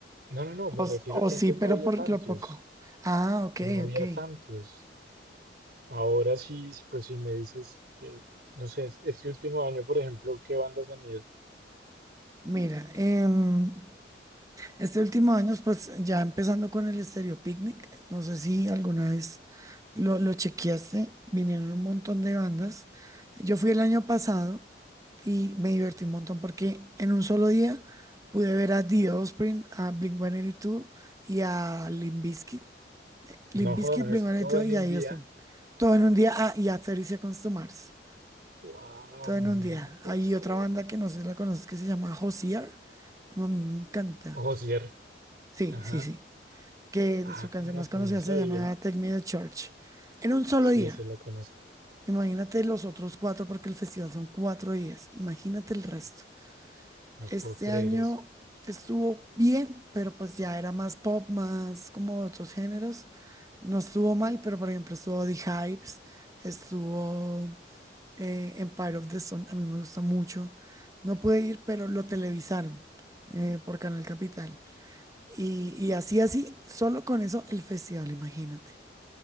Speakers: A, on the right; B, on the right.
A: No, no, no,
B: o,
A: me refiero
B: s- o
A: que
B: sí,
A: antes
B: pero
A: no había
B: por
A: tantos.
B: lo poco, ah, ok,
A: No había
B: ok,
A: tantos. Ahora sí, sí, pues si me dices que, no sé, este último año, por ejemplo, ¿qué bandas han ido?
B: mira, em, Este último año, pues ya empezando con el Estéreo Picnic, no sé si alguna vez lo, lo chequeaste, vinieron un montón de bandas. Yo fui el año pasado y me divertí un montón porque en un solo día pude ver a The Offspring, a Blink-182 y dos y a Limp Bizkit. Limp
A: No
B: Bizkit,
A: jodas,
B: Blink-182
A: todo en
B: y
A: un
B: dos y
A: día.
B: a The Offspring. Todo en un día, ah, y a 30 Seconds to Mars.
A: Wow,
B: Todo en
A: no,
B: un día.
A: no puede
B: Hay
A: ser.
B: otra banda que no sé si la conoces que se llama Hozier. Me encanta.
A: Ojo,
B: Sí,
A: Ajá.
B: sí, sí que
A: Ah,
B: su canción
A: carajo,
B: más conocida
A: no sabía.
B: se llamaba Take Me to Church, en un solo
A: Sí,
B: día.
A: ese la conozco.
B: Imagínate los otros cuatro, porque el festival son cuatro días. Imagínate el resto.
A: No
B: Este
A: puedo creer
B: año
A: eso.
B: estuvo bien, pero pues ya era más pop, más como otros géneros. No estuvo mal, pero por ejemplo estuvo The Hives, estuvo eh, Empire of the Sun, a mí me gusta mucho. No pude ir, pero lo televisaron eh, por Canal Capital. Y, y así, así, solo con eso el festival, imagínate.